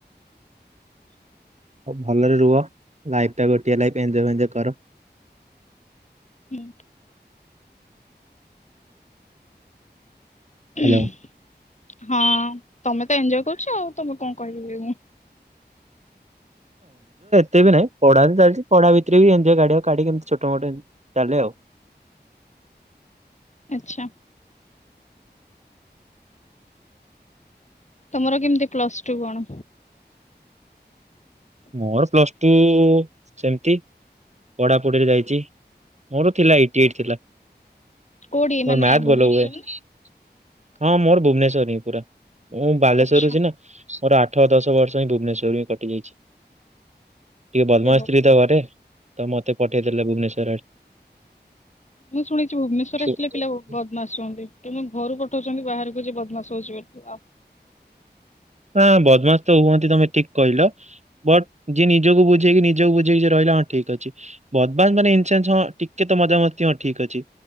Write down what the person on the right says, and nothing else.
ଭଲରେ ରୁହ ଲାଇଫ୍ ଟା ଗୋଟିଏ ଲାଇଫ୍ ଏଞୟ ବେଞ୍ଜୟ କର।
ହ୍ୟାଲୋ
ତେବେ ନାଇ ପଢ଼ା ବି ଚାଲିଛି ପଢ଼ା ବିକ୍ରେ ବି ଏଞୟ କାଢ଼ିବାଉ କାଢ଼ିକି ଏମ୍ତି ଛୋଟ ମୋଟ ଏମ୍ତି ଚାଲେ ଆଉ
ମୋର ପ୍ଲସ୍ଟୁ ସେମ୍ତି ପଢ଼ାପୁଡ଼ିରେ ଯାଇଚି ମୋର ଥିଲା ଏଇଟି ଏଇଟ୍ ଥିଲା। ମୋର
ମ୍ୟାଥ
ଭଲ ହୁଏ ହଁ
ମୋର୍ ଭୁବନେଶ୍ୱରରେ ହିଁ ପୁରା ମୁଁ ବାଲେଶ୍ଵରରୁ
ସିନା ମୋର ଆଠ ଦଶ ବର୍ଷ ହିଁ ଭୁବନେଶ୍ୱର୍ ରୁ ହିଁ କଟିଯାଇଛି। ଟିକେ ବଦମାସ୍
ଥିଲି ତ ଘରେ ତ ମତେ ପଠେଇଦେଲ ଭୁବନେଶ୍ୱର୍ ଆଡ଼େ
ଆଡେ।
ହାଁ ବଦମାସ୍ ତ ହୁଅନ୍ତି ତମେ ଠିକ୍ କହିଲ ବଟ୍ ଯିଏ ନିଜକୁ ବୁଝେଇକି ନିଜକୁ ବୁଝେଇକି ଯେ ରହିଲା ହଁ ଠିକ୍ ଅଛି ବଦମାସ୍ ମାନେ ଇନସେନ୍ସ ହଁ ଟିକେ ତ ମଜାମସ୍ତି ହଁ ଠିକ୍ ଅଛି